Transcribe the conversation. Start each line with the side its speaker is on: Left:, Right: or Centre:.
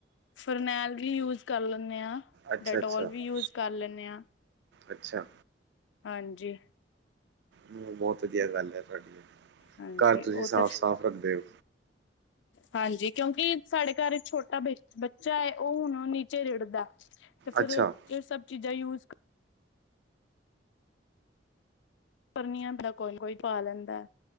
Left: ਫਰਨੈਲ ਵੀ ਯੂਸ ਕਰ ਲੈਨੇ ਆ
Right: ਅੱਛਾ-ਅੱਛਾ,
Left: ਡੈਟੋਲ
Right: ਅੱਛਾ।
Left: ਵੀ ਯੂਸ ਕਰ ਲੈਨੇ ਆਂ
Right: ਅੱਛਾ
Left: ਹਾਂਜੀ
Right: ਨੀ ਆ ਬਹੁਤ ਵਧੀਆ ਗੱਲ ਇਹ ਤੁਹਾਡੀ
Left: ਹਾਂਜੀ
Right: ਘਰ ਤੁਸੀਂ
Left: ਉਹ
Right: ਸਾਫ਼
Left: ਤਾਂ
Right: ਸਾਫ਼ ਰੱਖਦੇ ਹੋ
Left: ਹਾਂਜੀ ਕਿਉਕਿ ਸਾਡੇ ਘਰ ਇੱਕ ਛੋਟਾ ਬੱਚਾ ਏ ਉਹ ਹੁਣ ਨੀਚੇ ਰਿੜਦਾ ਤੇਂ ਫਿਰ
Right: ਅੱਛਾ,
Left: ਏ ਸਭ ਚੀਜ਼ਾ ਯੂਸ ਕਰ ਰਨੀ ਆ ਕੋਈ ਕੋਈ ਪਾ ਲੈਦਾ